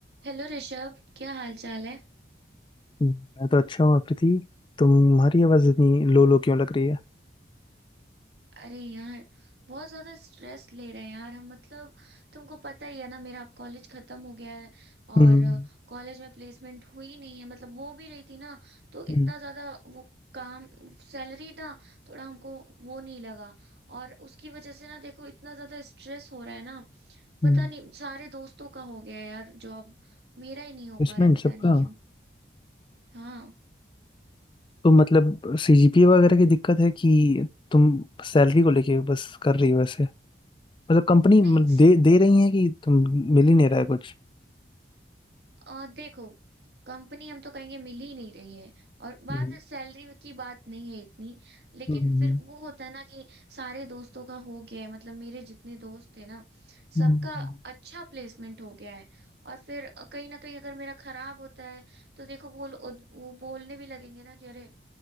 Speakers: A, on the right; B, on the left.
A: Hello Rishabh क्या हाल चाल है
B: हम्म, मैं तो अच्छा हूँ आकृति तुम्हारी आवाज इतनी लो लो क्यों लग रही है
A: अरे यार बहुत ज्यादा स्ट्रेस ले रहे हैं यार हम मतलब तुमको पता ही है ना मेरा अब कॉलेज खत्म हो गया है
B: हम्म
A: और कॉलेज में प्लेसमेंट हुई नहीं है मतलब हो भी रही थी ना तो
B: हम्म
A: इतना ज्यादा वो काम सैलरी ना थोड़ा हमको वो नहीं लगा और उसकी वजह से ना देखो इतना ज्यादा स्ट्रेस हो रहा है ना पता
B: हम्म।
A: नहीं सारे दोस्तों का हो गया है यार जॉब मेरा ही नहीं हो
B: प्लेसमेंट
A: पा रहा है,
B: सबका
A: पता नहीं क्यों हाँ
B: तो मतलब सीजीपीए वगैरह की दिक्कत है कि तुम सैलरी को लेके बस कर रही हो ऐसे मतलब कंपनी
A: नहीं
B: मतलब दे दे रही है कि तुम मिल ही नहीं रहा है कुछ
A: आ, देखो कंपनी हम तो कहेंगे मिल ही नहीं रही है और बात
B: हम्म
A: सैलरी की बात नहीं है इतनी लेकिन
B: हम्म
A: फिर वो होता है ना कि सारे दोस्तों का हो गया है मतलब मेरे जितने दोस्त थे ना
B: हम्म,
A: सबका
B: हम्म, हम्म।
A: अच्छा प्लेसमेंट हो गया है और फिर अ, कहीं ना कहीं अगर मेरा खराब होता है तो देखो वो लो- वो बोलने भी लगेंगे ना कि अरे